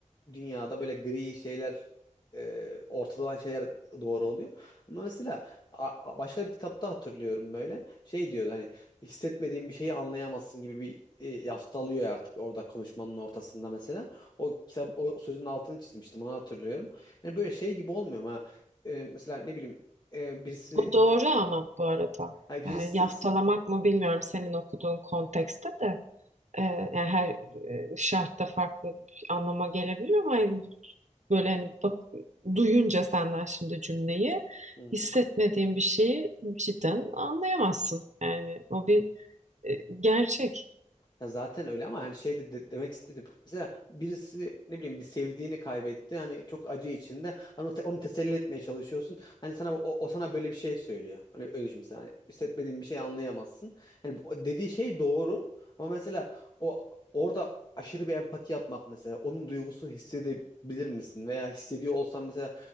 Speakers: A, on the left; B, on the right.
A: dünyada böyle gri şeyler e, ortada olan şeyler doğru oluyor. Ama mesela A- başka bir kitapta hatırlıyorum böyle. Şey diyordu hani hissetmediğin bir şeyi anlayamazsın gibi bir e, yaftalıyor artık orada konuşmanın ortasında mesela. O kitap o sözün altını çizmiştim onu hatırlıyorum. Yani böyle şey gibi olmuyor ama e, mesela ne bileyim e, birisi
B: Bu doğru
A: e, e,
B: ama bu arada.
A: yani birisi
B: Yani yaftalamak mı bilmiyorum senin okuduğun kontekste de. e, yani her e, şartta farklı bir anlama gelebilir ama yani böyle hani bak duyunca senden şimdi cümleyi
A: Hı
B: hissetmediğin
A: hı.
B: bir şeyi cidden anlayamazsın. Yani o bir e, gerçek.
A: Ya zaten öyle ama hani şey de, de- demek istedim. Mesela birisi ne bileyim bir sevdiğini kaybetti. Hani çok acı içinde. Hani o te- onu teselli etmeye çalışıyorsun. Hani sana o, o sana böyle bir şey söylüyor. Hani öyle düşün mesela. Hani hissetmediğin bir şey anlayamazsın. Hani bu- dediği şey doğru ama mesela o orada aşırı bir empati yapmak mesela onun duygusunu hissedebilir misin veya hissediyor olsan mesela